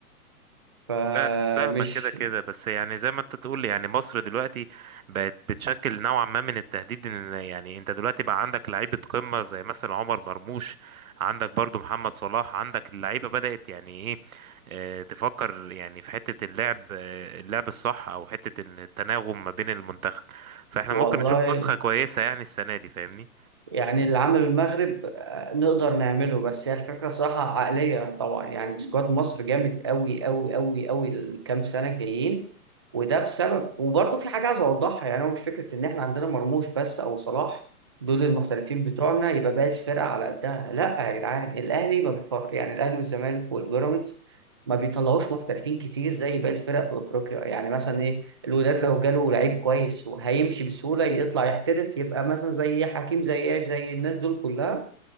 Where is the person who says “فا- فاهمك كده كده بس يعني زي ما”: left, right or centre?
Right